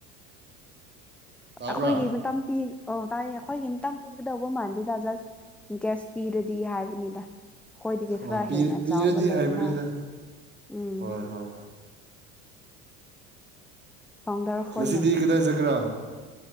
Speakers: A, on the right (about 25°); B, in the centre.
A: ꯇꯥꯕ꯭ꯔꯥ
B: ꯑꯩꯈꯣꯏꯒꯤ ꯃꯇꯝ ꯄꯤ ꯑꯣ ꯇꯥꯏꯌꯦ ꯑꯩꯈꯣꯏꯒꯤ ꯑꯝꯇꯪ ꯄꯤꯒꯗꯧꯕ ꯃꯥꯟꯗꯦꯗ ꯖꯁ ꯒ꯭ꯌꯥꯁ ꯄꯤꯔꯗꯤ ꯗꯤ ꯍꯥꯏꯕꯅꯤꯗ ꯑꯩꯈꯣꯏꯗꯒꯤ
A: ꯍꯣꯏ
B: ꯈꯔ ꯍꯦꯟꯅ
A: ꯄꯤꯔꯗꯤ
B: ꯆꯥꯎꯕ
A: ꯍꯥꯏꯕꯅꯤꯗ
B: ꯂꯩꯅ ꯎꯝ
A: ꯍꯣꯏ ꯍꯣꯏ
B: ꯐꯥꯎꯟꯗꯔ ꯍꯣꯏꯅ
A: ꯉꯁꯤꯗꯤ ꯀꯗꯥꯏ ꯆꯠꯀꯦꯔꯥ